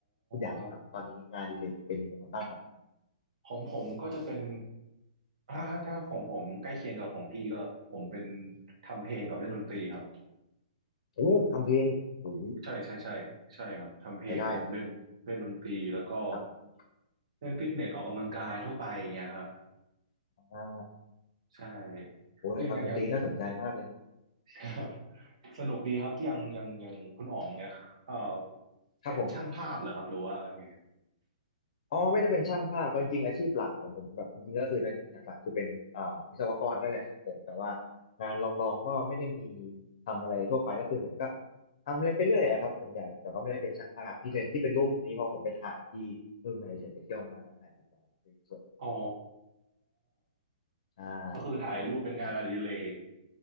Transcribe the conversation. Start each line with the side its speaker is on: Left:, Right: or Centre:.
Left: คุณหยางครับตอนนี้งานอดิเรกเป็นยังไงบ้างครับ
Right: ครับของผมก็จะเป็นถ้าถ้าของผมใกล้เคียงกับของพี่ก็ผมเป็นทำเพลงกับเล่นดนตรีครับ
Left: โอ้ทำเพลงโอ้
Right: ใช่ใช่ใช่ใช่ครับทำเพลงกับเล่นเล่นดนตรีแล้วก็
Left: รายได้เลยครับผม
Right: เล่นฟิตเนสออกกำลังกายทั่วไปอย่างเงี้ยครับ
Left: อ่า
Right: ใช่
Left: โอ้ยทำดนตรีน่าสนใจมากเลยนะ
Right: ยังยังยังครับ <laughs> สนุกดีครับยังยังยังคุณอ๋องเนี่ยเอ่อ
Left: ครับผม
Right: เป็นช่างภาพเหรอครับหรือว่าไง
Left: อ๋อไม่ได้เป็นช่างภาพจริงๆอาชีพหลักของผมแบบจริงๆก็คือนะหลักๆคือเป็นเอ่อวิศวกรนั่นแหละครับผมแต่ว่างานลองๆก็ไม่ได้มีทำอะไรทั่วไปก็คือเนี่ยก็ทำอะไรไปเรื่อยอะครับส่วนใหญ่แต่ก็ไม่ได้เป็นช่างภาพที่เป็นที่เป็นรูปนี้เพราะผมไปถ่ายที่นู่นมาเฉยๆไปเที่ยวมาแล้วถ่ายติดไวสวย
Right: อ๋อ
Left: ๆใช่
Right: ก็คือถ่ายรูปเป็นงานอดิเรก
Left: ครับผม